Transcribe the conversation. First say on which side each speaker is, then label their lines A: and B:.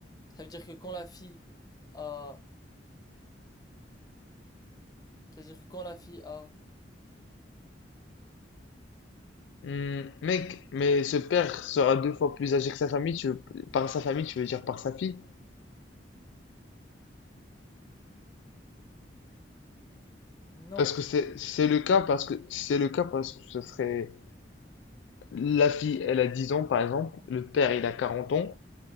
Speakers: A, on the left; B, on the left.
A: Ça veut dire que quand la fille a, ça veut dire que quand la fille a,
B: Hum, mec, mais ce père sera deux fois plus âgé que sa famille, tu veux- par sa famille, tu veux dire par sa fille?
A: non,
B: Parce que c'est, c'est le cas, parce que c'est le cas, parce que ce serait la fille, elle a 10 ans par exemple, le père il a 40 ans,